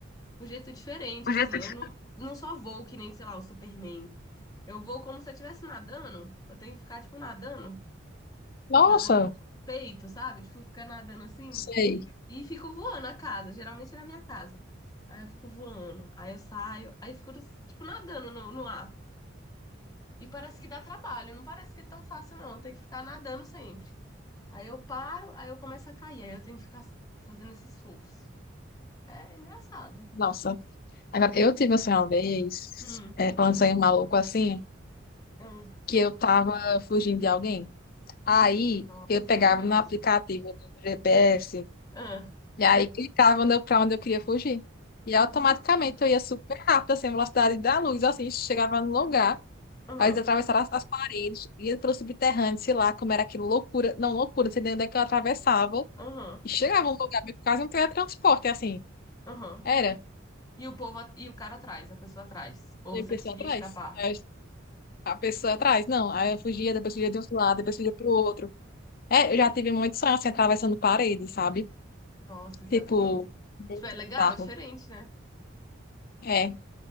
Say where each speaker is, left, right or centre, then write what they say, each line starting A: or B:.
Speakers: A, on the left; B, on the left.
A: um jeito diferente,
B: O
A: assim.
B: jeito de...
A: Eu não, não só vou que nem, sei lá, o Superman. Eu vou como se eu estivesse nadando. Eu tenho que ficar, tipo, nadando.
B: Nossa,
A: nadando no peito, sabe? Tipo, fica nadando assim
B: sei.
A: e, e fico voando a casa, geralmente é na minha casa. Aí eu fico voando, aí eu saio, aí fico, tipo, nadando no, no ar. E parece que dá trabalho, não parece que é tão fácil, não. Eu tenho que ficar nadando sempre. Aí eu paro, aí eu começo a cair, aí eu tenho que ficar fazendo esse esforço. É engraçado.
B: Nossa. Agora, eu tive um sonho uma vez,
A: Hum,
B: é, falando de sonho maluco assim,
A: hum.
B: que eu tava fugindo de alguém. Aí,
A: Nossa,
B: eu pegava
A: horroroso.
B: no aplicativo do GPS
A: Ah,
B: e aí clicava no- pra onde eu queria fugir. E automaticamente
A: ah,
B: eu ia super rápido, assim, a velocidade da luz, assim, chegava no lugar.
A: aham,
B: Aí eles atravessaram as, as paredes, ia pelo subterrâneo, sei lá, como era aquilo, loucura. Não, loucura, não sei nem onde é que eu atravessava.
A: aham,
B: E chegava num lugar, meio que quase um teletransporte, assim.
A: aham.
B: Era.
A: E o povo, a- e o cara atrás, a pessoa atrás. Ou
B: E
A: você
B: a pessoa
A: conseguia
B: atrás.
A: escapar.
B: Aí A pessoa atrás, não. Aí eu fugia, depois fugia de um lado, depois fugia pro outro. É, eu já tive muito sonho, assim, atravessando paredes, sabe?
A: Nossa, isso
B: Tipo,
A: é bom.
B: muito
A: Tipo, é legal,
B: bizarro.
A: é diferente, né?
B: É.